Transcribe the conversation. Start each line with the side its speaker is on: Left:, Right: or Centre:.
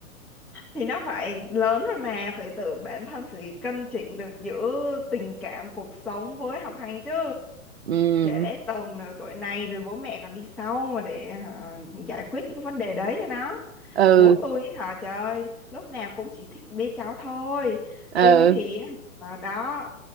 Centre: thì nó phải lớn rồi mà phải tự bản thân phải cân chỉnh được giữa tình cảm cuộc sống với học hành chứ
Right: ừ
Centre: trẻ lẽ tầm nửa tuổi này rồi bố mẹ còn đi sau mà để hả, giải quyết những vấn đề đấy cho nó
Right: ừ
Centre: bố tôi ấy hả trời ơi lúc nào cũng chỉ thích bế cháu thôi
Right: ừ
Centre: tôi thì á, ờ, đó